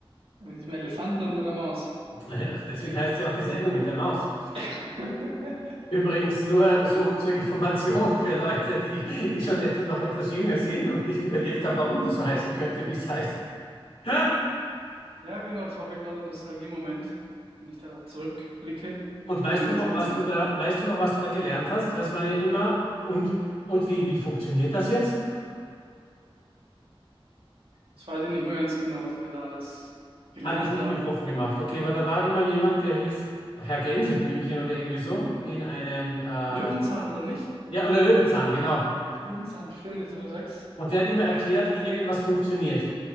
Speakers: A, on the right (about 75°); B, on the left (about 75°).
A: mit diesem Elefanten und mit der Maus.
B: Ja, deswegen heißt sie auch die Sendung mit der Maus.
A: <laughs>
B: Übrigens nur
A: Genau.
B: so zur Information für Leute, die schon etwa noch etwas jünger sind und nicht überlegt haben, warum das so heißen könnte, wie es heißt. <laughs>
A: Ja, genau, das war auf jeden Fall so ein Nostalgie-Moment, Wenn ich da zurückblicke, ist
B: Und weißt
A: immer ganz
B: du noch,
A: witzig.
B: was du da, weißt du noch, was du da gelernt hast? Weiß man ja immer. Und, und wie, wie funktioniert das jetzt?
A: Jetzt weiß ich nicht mehr ganz genau, was wir da alles gelernt
B: Hat dich nicht
A: haben.
B: betroffen gemacht. Okay, weil da war immer jemand, der hieß Herr Gänseblümchen oder irgendwie so, in einem, äh, ja,
A: Löwenzahn oder nicht?
B: oder Löwenzahn, genau.
A: Ja, Löwenzahn, stimmt, jetzt wo du sagst.
B: Und der hat immer erklärt, wie irgendwas funktioniert.